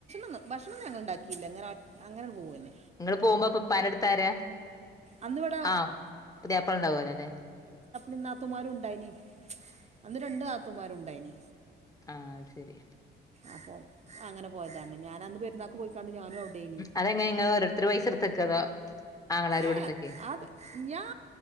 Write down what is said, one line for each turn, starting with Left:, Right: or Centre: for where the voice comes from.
Right: ഭക്ഷണൊന്നും ഞങ്ങൾ ഇണ്ടാക്കീല്ല ഇങ്ങനെ ഒറ്റ് അങ്ങനാണ്ട് പോവന്നെ
Left: ഇങ്ങള് പോവുമ്പ അപ ഇപ്പാൻ്റെട്ത്താരാ
Right: അന്നിവിടെ
Left: ആ പുതിയാപളണ്ടാ വുഅല്ലൊലെ
Right: ന്നാത്തൂമാരുണ്ടായീനി അന്ന് രണ്ട് ന്നാത്തൂൻമാരുണ്ടായീനി
Left: ആ അഹ് ശരി
Right: അപ്പം അങ്ങനെ പൊ പോയതാണ് ഞാനന്ന് പെര്ന്നാക്ക് പോയി ക്കാണ്ട് ഞാനൂ ഔടേനി
Left: അതെങ്ങനെ ഇങ്ങള് ഓരോരുത്തര് പൈസ എടുത്തക്കോ അതോ ആങ്ങളാര് കൊടുത്തക്കേ
Right: ഏ അത് ഞാൻ